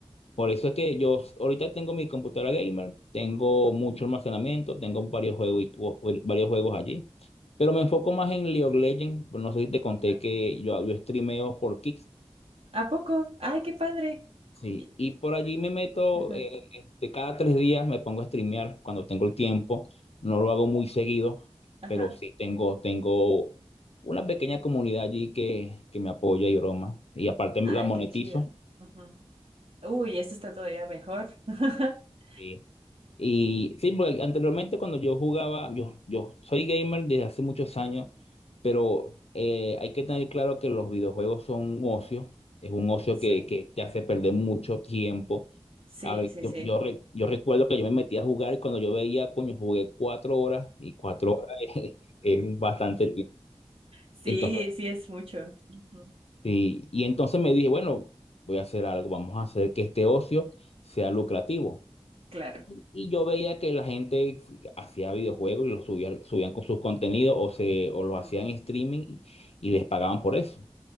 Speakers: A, on the left; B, on the right.
A: Por eso es que yo s- ahorita tengo mi computadora gamer, tengo
B: ujú.
A: mucho almacenamiento, tengo varios juegos, y- o- o- varios juegos allí. Pero me enfoco más en League of Legends. No sé si te conté
B: Ajá.
A: que yo, yo streameo por Kick.
B: ¿A poco? ¡Ay, qué padre!
A: Sí,
B: Y-
A: y por allí me meto,
B: Ajá,
A: eh, este, cada tres días me pongo a streamear cuando tengo el tiempo. No lo hago muy seguido,
B: ajá.
A: pero sí tengo, tengo una pequeña comunidad allí que, que me apoya y broma. Y aparte la
B: ¡Ay,
A: monetizo.
B: qué chido! Ujú. Uy, esto está todavía mejor. <laughs>
A: sí. Y sí, porque anteriormente cuando yo jugaba, yo, yo soy gamer desde hace muchos años,
B: Ajá.
A: pero eh, hay que tener claro que los videojuegos son un ocio, es un ocio
B: Sí,
A: que, que te hace perder mucho tiempo.
B: sí,
A: A ver,
B: sí,
A: yo,
B: sí.
A: yo, re- yo recuerdo que yo me metí a jugar y cuando yo veía, coño, jugué cuatro horas y cuatro horas <laughs> es, es un bastante tiempo.
B: Sí,
A: Entonces,
B: sí, es mucho. Ujú.
A: y, y entonces me dije, bueno, voy a hacer algo, vamos a hacer que este ocio sea lucrativo.
B: Claro.
A: Y y yo veía que la gente hacía videojuegos y los subía- subían con sus contenidos o, se, o los
B: Ujú.
A: hacían en streaming y, y les pagaban por eso.